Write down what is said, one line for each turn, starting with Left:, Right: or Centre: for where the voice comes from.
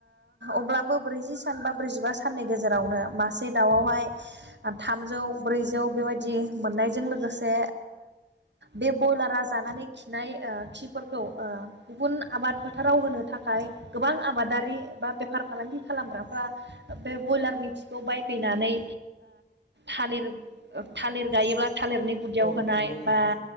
Right: अब्लाबो ब्रैजि सान बा ब्रैजिबा साननि गेजेरावनो मासे दाउआवहाय थाम थामजौ ब्रैजौ बेबायदि मोननायजों लोगोसे बे बयलारा जानानै खिनाय खिफोरखौ गुबुन आबाद फोथाराव होनो थाखाय गोबां आबादारि बा बेफार फालांगि खालामग्राफ्रा बे बयलारनि खिखौ बायफैनानै थालिर थालिर गायोब्ला थालिरनि गुदियाव
Left: औ
Right: होनाय
Left: नंगौ नोंथां
Right: बा